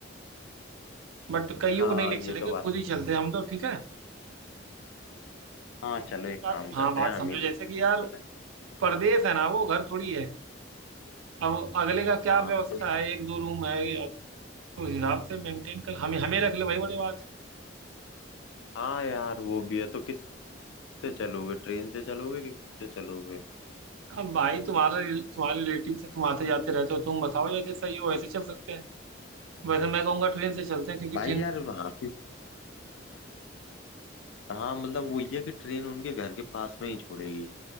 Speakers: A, on the right; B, on the left.
A: बट कईयों
B: हाँ
A: को नहीं लेके
B: ये
A: चलेंगे
B: तो बात
A: खुद ही चलते हैं हम तो ठीक है
B: हाँ
A: नहीं,
B: चलो एक
A: बात
B: काम
A: हाँ
B: करते
A: बात
B: हैं हम
A: समझो
B: ही दोस्त
A: जैसे कि यार
B: हैं
A: परदेश है ना वो घर थोड़ी है अब अगले का क्या
B: हाँ
A: व्यवस्था
B: तो
A: है एक दो रूम है या- तो उस हिसाब से मेंटेन कर हमें हमें रख ले भाई बड़ी बात
B: हाँ यार वो भी है तो किससे चलोगे ट्रेन से चलोगे कि किससे चलोगे
A: है। अब भाई तुम्हारा रिल- तुम्हारे रिलेटिव से तुम आते जाते रहते हो तुम बताओ जैसे सही हो वैसे चल सकते हैं वैसे मैं कहूंगा ट्रेन से चलते हैं क्योंकि
B: भाई
A: ट्रेन
B: यार वहाँ पे हाँ मतलब वो ये है कि ट्रेन उनके घर के पास में ही छोड़ेगी